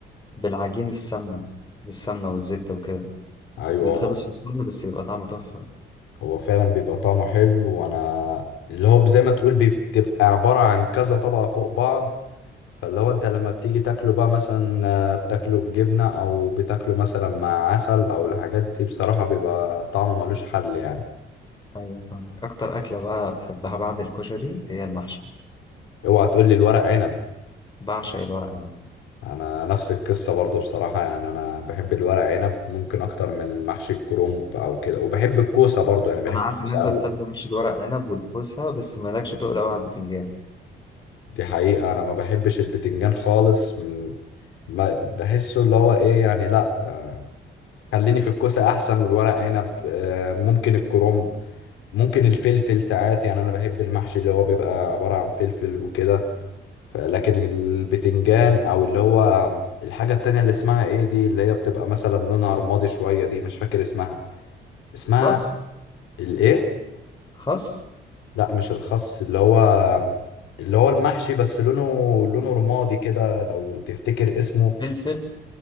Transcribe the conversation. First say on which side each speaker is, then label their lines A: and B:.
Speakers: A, on the left; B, on the left.
A: بالعجين السمنة بالسمنة والزبدة وكده
B: ايوه
A: بيتخبز في الفرن بس بيبقى طعمه تحفة
B: هو فعلا بيبقى طعمه حلو وانا اللي هو زي ما تقول بتبقى عبارة عن كذا طبقة فوق بعض فاللي هو انت لما بتيجي تاكله بقى مثلا آه، بتاكله بجبنة او بتاكله مثلا مع عسل او الحاجات دي بصراحة بيبقى طعمه ملوش حل يعني
A: أيوة فاهم أكتر أكلة بقى بحبها بعد الكشري هي المحشي
B: اوعى تقول لي الورق عنب
A: بعشق الورق عنب
B: انا نفس القصة برضو بصراحة يعني انا بحب الورق عنب ممكن اكتر من محشي الكرنب او كده وبحب الكوسة برضو يعني بحب
A: أنا عارف
B: الكوسة
A: إن أنت
B: قوي
A: بتحب محشي الورق عنب والكوسة بس مالكش تقول أوي على البتنجان
B: دي حقيقة انا ما بحبش البتنجان خالص م- ب- بحسه اللي هو ايه يعني لا آه، خليني في الكوسة احسن والورق عنب آه، ممكن الكرنب ممكن الفلفل ساعات يعني انا بحب المحشي اللي هو بيبقى عبارة عن فلفل وكده ف- لكن البتنجان او اللي هو الحاجة التانية اللي اسمها ايه دي اللي هي بتبقى مثلا لونها رمادي شوية دي مش فاكر اسمها اسمها
A: خس
B: الايه
A: خس
B: لا مش الخس اللي هو اللي هو المحشي بس لونه لونه رمادي كده لو تفتكر اسمه
A: فلفل